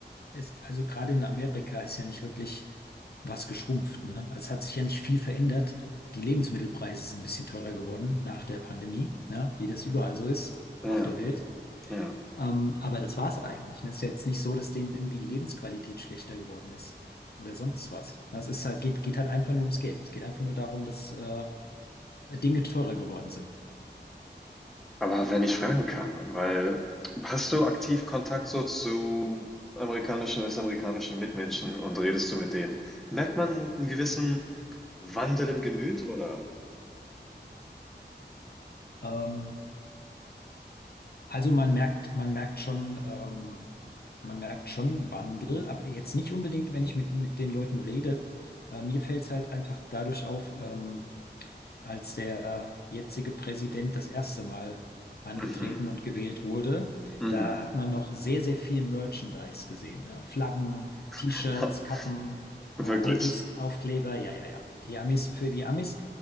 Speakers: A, on the left; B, in the centre.
A: ist, also gerade in Amerika ist ja nicht wirklich was geschrumpft, ne? Also es hat sich ja nicht viel verändert. Die Lebensmittelpreise sind ein bisschen teurer geworden nach der Pandemie, ja, wie das überall so ist auf
B: Ja,
A: der Welt.
B: ja.
A: Ähm, aber das war's eigentlich. ne? Es ist ja jetzt nicht so, dass denen irgendwie die Lebensqualität schlechter geworden ist oder sonst was. Es ist halt, geht, geht halt einfach nur ums Geld. Es geht einfach nur darum, dass äh, Dinge teurer geworden sind.
B: Aber wenn ich fragen kann, weil hast du aktiv Kontakt so zu amerikanischen, westamerikanischen Mitmenschen und redest du mit denen? Merkt man einen gewissen Wandel im Gemüt oder?
A: Ähm, Also man merkt, man merkt schon, ähm, man merkt schon Wandel, aber jetzt nicht unbedingt, wenn ich mit, mit den Leuten rede. Äh, mir fällt es halt einfach dadurch auf, ähm, als der jetzige Präsident das erste Mal angetreten
B: Mhm,
A: und gewählt wurde.
B: mhm.
A: Da hat man noch sehr, sehr viel Merchandise gesehen, ne? Flaggen, T-Shirts,
B: <laughs>
A: Kappen,
B: Wirklich.
A: äh, Autos, Aufkleber. Ja, ja, ja. Die Amis für die Amis.